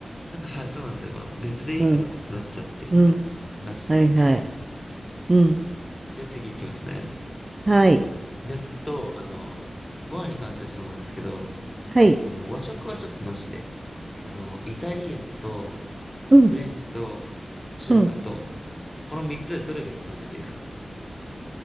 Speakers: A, on the left; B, on the right.
A: なんか、はい、そうなんですよ。まあ、別でいいかなってなっちゃってるんで、
B: うん。うん。
A: なしなんですね。
B: はいはい。うん。
A: じゃあ次行きますね。
B: はい。
A: じゃあちょっと、あの、ご飯に関する質問なんですけど、
B: はい。
A: あの、和食はちょっとなしで、あの、イタリアンと、
B: うん、
A: フレンチと、中華と、
B: うん。
A: この三つでどれが一番好きですか